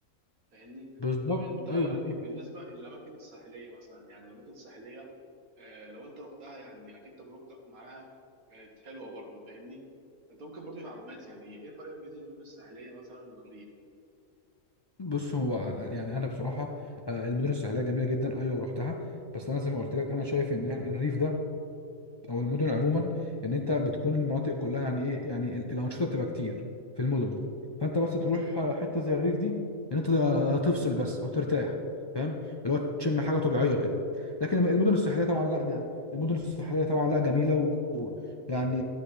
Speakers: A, on the right; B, on the left.
A: فاهمني
B: بالظبط
A: طب انت يعني
B: ايوه بالظبط
A: بالنسبه للاماكن الساحليه مثلا يعني الاماكن الساحليه آه لو انت رحتها يعني اكيد تجربتك معاها كانت حلوه برضو فاهمني انت ممكن برضو معلومات يعني ايه الفرق بين المدن الساحليه مثلا والريف
B: بص هو يعني انا بصراحه آه، المدن الساحليه جميله جدا ايوه ورحتها بس انا زي ما قلت لك انا شايف ان يعني الريف ده او المدن عموما ان انت بتكون المناطق كلها يعني ايه يعني ال- الانشطه بتبقى كتير في المدن فانت بس تروح حته زي الريف دي ان انت تفصل بس او ترتاح فاهم اللي هو تشم حاجه طبيعيه كده لكن المدن الساحليه طبعا لا ده المدن الساحليه طبعا لا جميله ويعني